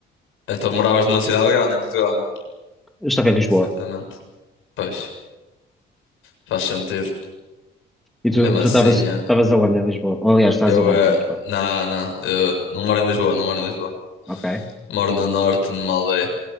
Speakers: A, on the left; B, in the centre.
A: Então moravas numa cidade grande em Portugal?
B: Eu estava em Lisboa.
A: certamente. Pois, faz sentido.
B: E tu
A: Mesmo assim,
B: tu estavas
A: eh,
B: estavas aonde em Lisboa? Ou, aliás, estás
A: eu
B: aonde
A: é.
B: em Lisboa?
A: Não, não, eu não moro em Lisboa, não moro em Lisboa.
B: Ok,
A: Moro no norte, numa aldeia,